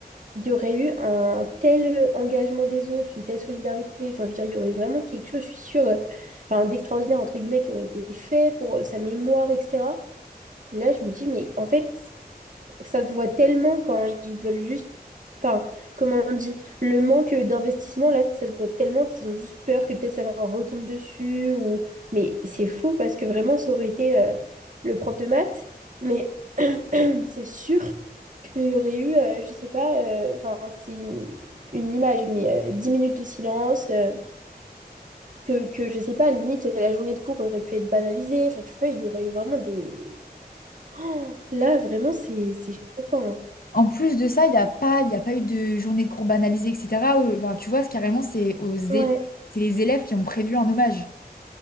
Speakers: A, on the right; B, on the left.
A: il y aurait eu un tel engagement des autres, une telle solidarité. Enfin, je veux dire, il y aurait vraiment quelque chose, je suis sûre, euh, enfin, d'extraordinaire, entre guillemets, qui aurait été fait pour euh, sa mémoire, etc. Là, je me dis, mais en fait, ça se voit tellement quand ils veulent juste. Enfin, comment on dit? Le manque d'investissement, là, ça se voit tellement qu'ils ont juste peur que peut-être ça leur retombe dessus. Ou... Mais c'est fou parce que vraiment, ça aurait été euh, le prof de maths. Mais <clears throat> c'est sûr qu'il y aurait eu, euh, je sais pas, euh, enfin, c'est une, une image, mais euh, 10 minutes de silence, euh, que, que, je sais pas, à la limite, la journée de cours aurait pu être banalisée. Enfin, tu vois, il y aurait eu vraiment des. <gasps> Oh, là, vraiment, c'est c'est choquant. hein.
B: En plus de ça, il n'y a pas, il y a pas eu de journée de cours banalisée, etc. où- Enfin, tu vois, c'est carrément, c'est aux élèves,
A: Ouais.
B: c'est les élèves qui ont prévu un hommage.